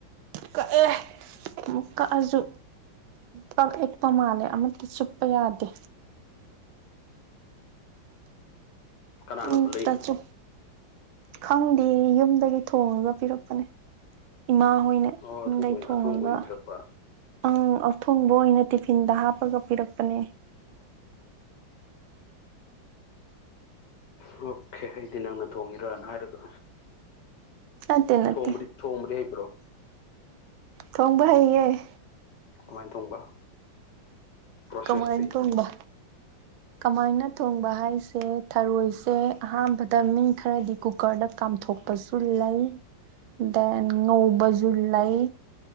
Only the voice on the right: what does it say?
ꯀꯛꯑꯦ ꯑꯃꯨꯛ ꯀꯛꯑꯁꯨ ꯄꯛ ꯏꯛꯄ ꯃꯥꯜꯂꯦ ꯑꯃꯠꯇ ꯆꯨꯞꯄ ꯌꯥꯗꯦ
ꯎꯝ
ꯇꯁꯨ ꯈꯪꯗꯦ ꯌꯨꯝꯗꯒꯤ ꯊꯣꯡꯉꯒ ꯄꯤꯔꯛꯄꯅꯦ ꯏꯃꯥ ꯍꯣꯏꯅ
ꯌꯨꯝꯗꯩ
ꯊꯣꯡꯉꯒ
ꯑꯪ ꯑꯊꯣꯡꯕ ꯑꯣꯏꯅ ꯇꯤꯐꯤꯟꯗ ꯍꯥꯞꯄꯒ ꯄꯤꯔꯛꯄꯅꯦ
ꯅꯠꯇꯦ ꯅꯠꯇꯦ
ꯈꯪꯕ ꯍꯩꯌꯦꯦ
ꯀꯃꯥꯏꯅ ꯊꯣꯡꯕ ꯀꯃꯥꯏꯅ ꯊꯣꯡꯕ ꯍꯥꯏꯁꯦ ꯊꯔꯣꯏꯁꯦ ꯑꯍꯥꯟꯕꯗ ꯃꯤꯡ ꯈꯔꯗꯤ ꯀꯨꯀꯔꯗ ꯀꯥꯝ ꯄꯨꯊꯣꯛꯄꯁꯨ ꯂꯩ ꯗꯦꯟ ꯉꯧꯕꯁꯨ ꯂꯩ